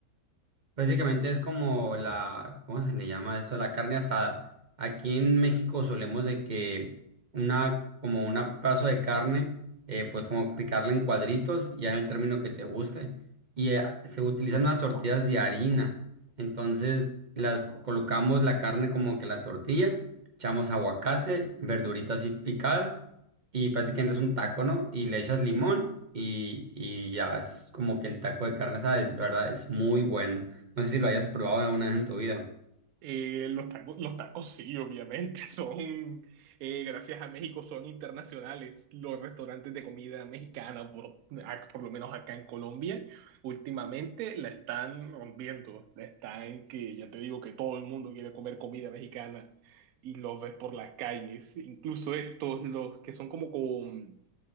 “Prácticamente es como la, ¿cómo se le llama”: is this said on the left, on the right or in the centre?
Right